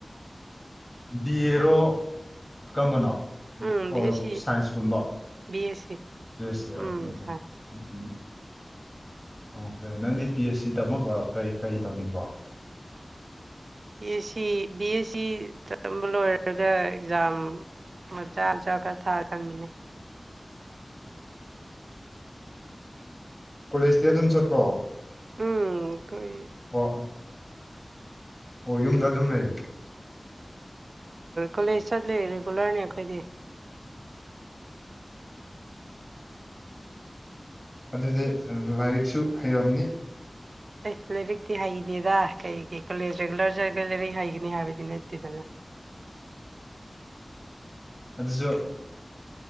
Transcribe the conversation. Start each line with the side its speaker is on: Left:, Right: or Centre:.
Left: ꯕꯤ ꯑꯦꯔꯣ ꯀꯝꯕꯅꯣ
Right: ꯎꯝ
Left: ꯑꯣ
Right: ꯕꯤ ꯑꯦꯁ ꯁꯤ
Left: ꯁꯥꯏꯟꯁꯀꯨꯝꯕ
Right: B S C
Left: B S C okay
Right: um
Left: okay
Right: science
Left: um um okay ꯅꯪꯗꯤ ꯄꯤ ꯑꯦꯁ ꯁꯤ ꯇꯝꯃꯒ ꯀꯩ-ꯀꯩ ꯇꯧꯅꯤꯡꯕꯣ
Right: B S C B S C ꯇꯝꯕ ꯂꯣꯏꯔꯒ ꯑꯦꯛꯖꯥꯝ ꯃꯆꯥ ꯃꯆꯥ ꯈꯔ ꯊꯥꯔ ꯈꯟꯕꯅꯦ
Left: ꯀꯣꯂꯦꯖꯇꯤ ꯗꯨꯝ ꯆꯠꯄꯔꯣ
Right: ꯎꯝ ꯑꯩꯈꯣꯏ
Left: ꯑꯣ ꯑꯣ ꯌꯨꯝꯗ ꯑꯗꯨꯝ ꯂꯩ
Right: ꯀꯣꯂꯦꯖ ꯆꯠꯂꯤ ꯔꯤꯒꯨꯂꯔꯅꯤ ꯑꯩꯈꯣꯏꯗꯤ
Left: ꯑꯗꯨꯗꯤ ꯂꯥꯏꯔꯤꯛꯁꯨ ꯍꯩꯔꯝꯅꯤ
Right: ꯑꯦ ꯂꯥꯏꯔꯤꯛꯇꯤ ꯍꯩꯗꯦꯗ ꯀꯩꯒꯤ ꯀꯣꯂꯦꯖ ꯔꯦꯒꯨꯂꯔ ꯆꯠꯂꯒ ꯂꯥꯏꯔꯤꯛ ꯍꯩꯒꯅꯤ ꯍꯥꯏꯕꯗꯤ ꯅꯠꯇꯦꯗꯅ
Left: ꯑꯗꯨꯁꯨ